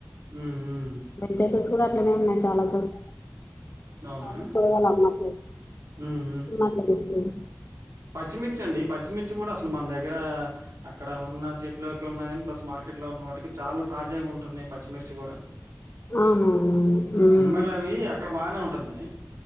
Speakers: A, on the right (about 80°); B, on the left (about 45°).
A: ఉఉ
B: వెజిటేబుల్స్ కూడా అట్లనే ఉన్నాయి చాలా చోట్
A: అవునా
B: చాల కూరగాయాలు అమ్మట్లేదు
A: ఉమ్
B: డిమర్ట్ లా తీసుకున్నం
A: పచ్చిమిర్చ అండి పచ్చిమిర్చి కూడా అసలు మన దగ్గర అక్కడ ఉన్న చెట్లు ఇంట్లో ఉన్నవాటికి ప్లస్ మార్కెట్ లో ఉన్న వాటికి చాలా తాజాగా ఉంటున్నాయి పచ్చిమిర్చి కూడా
B: ఆహా ఉమ్మ్
A: మళ్ళవి అక్కడ బానే ఉంటుంది